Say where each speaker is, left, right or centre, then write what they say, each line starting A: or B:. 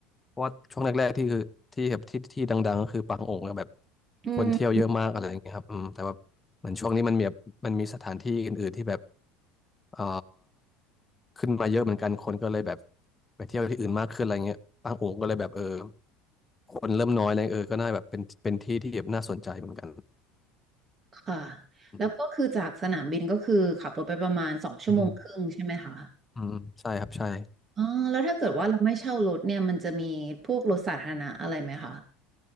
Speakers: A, on the left; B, on the right.
A: เพราะว่าช่วงแรกๆที่คือที่แบบที่ที่ดังๆก็คือปางโองค์แบบ
B: อืม
A: คนเที่ยวเยอะมากอะไรอย่างเงี้ยครับอืมแต่ว่าเหมือนช่วงนี้มันมีแบบมันมีสถานที่อื่นๆที่แบบเอ่อขึ้นมาเยอะเหมือนกันคนก็เลยแบบไปเที่ยวที่อื่นมากขึ้นอะไรเงี้ยปางโองค์ก็เลยแบบเออคนเริ่มน้อยอะไรเออก็น่าแบบเป็นเป็นที่ที่แบบน่าสนใจเหมือนกัน
B: ค่ะ
A: อืม
B: แล้วก็คือจากสนามบินก็คือขับรถไปประมาณสองชั่วโมงครึ่งใช่ไหมคะ
A: อืม อืมใช่ครับใช่
B: อ๋อแล้วถ้าเกิดว่าเราไม่เช่ารถเนี่ยมันจะมีพวกรถสาธารณะอะไรไหมคะ